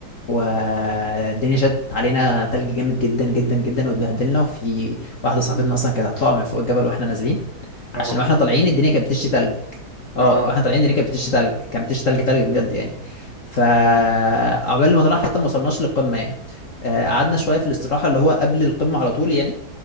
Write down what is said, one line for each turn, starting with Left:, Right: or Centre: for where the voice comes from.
Left: والدنيا شدت علينا تلج جامد جدا جدا جدا واتبهدلنا وفي واحدة صاحبتنا اصلا كانت هتطلع من فوق الجبل واحنا نازلين عشان
Right: يا ربنا
Left: واحنا طالعين الدنيا كانت بتشتي تلج اه
Right: اه
Left: واحنا طالعين الدنيا كانت بتشتي تلج كانت بتشتي تلج تلج بجد يعني فعقبال ما طلعنا حتى ما وصلناش للقمة يعني آه، قعدنا شويه في الاستراحه اللي هو قبل القمه على طول يعني